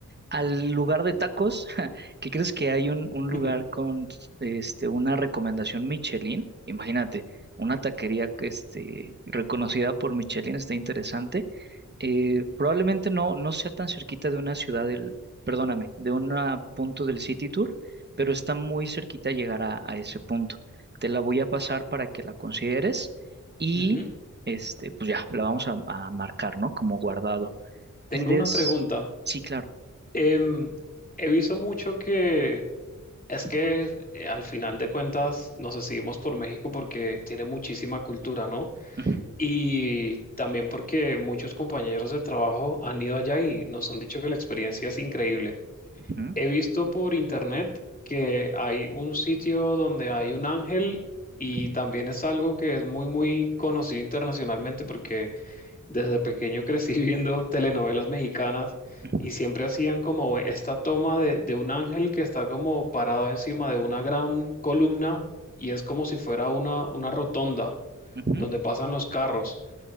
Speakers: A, on the right; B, on the left.
A: al lugar de tacos, <laughs> ¿qué crees que hay un, un lugar
B: <laughs>
A: con este, una recomendación Michelin? Imagínate, una taquería que este, reconocida por Michelin está interesante. Eh, probablemente no, no sea tan cerquita de una ciudad del, perdóname, de un punto del City Tour, pero está muy cerquita llegar a, a ese punto. Te la voy a pasar para que la consideres y
B: Ujú.
A: este, pues ya, la vamos a, a marcar, ¿no? Como guardado.
B: Tengo
A: Y des,
B: una pregunta.
A: sí, claro.
B: Em, he visto mucho que es que eh, al final de cuentas nos decidimos por México porque tiene muchísima cultura, ¿no?
A: Ujú.
B: Y también porque muchos compañeros de trabajo han ido allá y nos han dicho que la experiencia es increíble.
A: Ujú,
B: He visto por internet que hay un sitio donde hay un ángel y
A: ujú,
B: también es algo que es muy, muy conocido internacionalmente porque desde pequeño crecí <laughs> viendo telenovelas mexicanas
A: ujú,
B: y siempre hacían como esta toma de, de un ángel que está como parado encima de una gran columna y es como si fuera una, una rotonda
A: ujú.
B: donde pasan los carros.